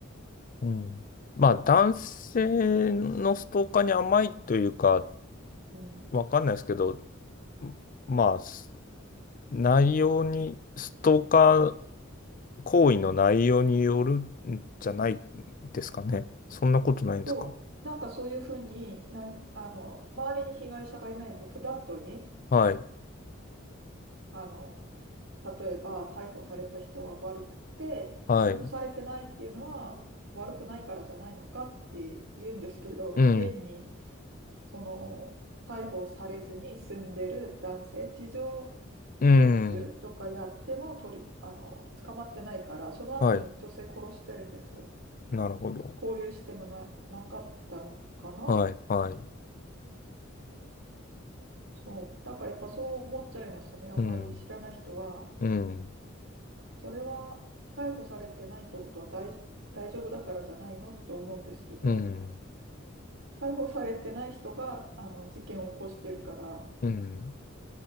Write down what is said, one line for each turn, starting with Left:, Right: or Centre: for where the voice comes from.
Left: うん。まあ、男性のストーカーに甘いというか、
Right: うん
Left: わかんないですけど、まあ、す内容に、ストーカー行為の内容によるんじゃないですかね。そんなことないんですか。
Right: そう、なんかそういうふうになん、あの、周りに被害者がいないと、フラットに、
Left: はい。
Right: あの、例えば逮捕された人は悪くて、
Left: はい。
Right: 逮捕されてないっていうのは悪くないからじゃないのかって言うんですけど、
Left: うん。
Right: 現に、その、逮捕されずに住んでる男性、事情
Left: うん。
Right: 聴取とかやっても取り、あの、捕まってないから、その後に女性殺してるんですよ。
Left: はい。なるほど。
Right: 交流してもな、なかったのかな
Left: はい、はい。
Right: そう。だからやっぱそう思っちゃいますよね。あんまり知らない人は。
Left: うん、うん、
Right: それは逮捕されてないってことは大、大丈夫だからじゃないのって思うんですけど、
Left: うん、
Right: 逮捕されてない人があの事件を起こしてるから
Left: うん、